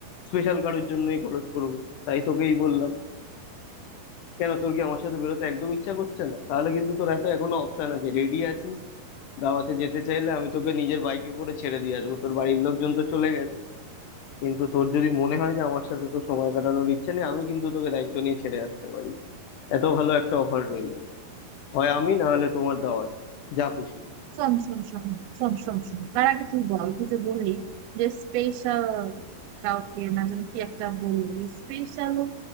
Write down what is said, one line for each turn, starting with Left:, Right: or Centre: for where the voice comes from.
Left: স্পেশাল কারোর জন্যই খরচ করব তাই তোকেই বললাম কেন তোর কি আমার সাথে বেরোতে একদম ইচ্ছা করছে না তাহলে কিন্তু তোর এত এখনো অপশন আছে রেডি আছিস দাওয়াতে যেতে চাইলে আমি তোকে নিজের বাইকে করে ছেড়ে দিয়ে আসবো তোর বাড়ির লোকজন তো চলে গেছে কিন্তু তোর যদি মনে হয় যে আমার সাথে তো সময় কাটানোর ইচ্ছে নেই আমি কিন্তু তোকে দায়িত্ব নিয়ে ছেড়ে আসতে পারি এত ভালো একটা অফার রইলো হয় আমি না হলে তোমার দাওয়ার যা খুশি
Right: শোন শোন শোন শোন শোন শোন শোন তার আগে তুই বল তুই যে বললি যে স্পেশাল কাউকে না যেন কি একটা বললি স্পেশাল